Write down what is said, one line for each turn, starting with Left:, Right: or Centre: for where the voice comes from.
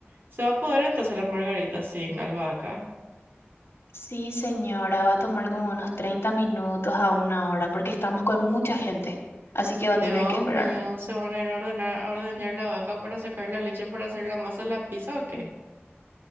Right: ¿Se va a poder entonces la margarita sin albahaca?
Left: Sí, señora, va a tomar como unos 30 minutos a una hora porque estamos con mucha gente, así que va
Right: Dios
Left: a tener que esperar.
Right: mío, ¿se van a ir a ordenar, a ordeñar la vaca para sacar la leche para hacer la masa de la pizza o qué?